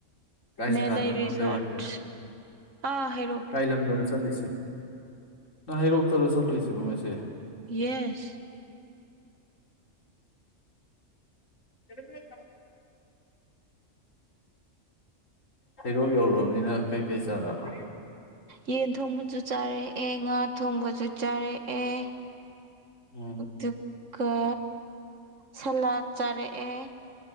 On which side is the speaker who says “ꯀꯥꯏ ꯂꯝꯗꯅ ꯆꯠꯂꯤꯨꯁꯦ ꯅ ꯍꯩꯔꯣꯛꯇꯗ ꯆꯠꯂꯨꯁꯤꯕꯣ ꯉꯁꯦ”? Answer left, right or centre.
Left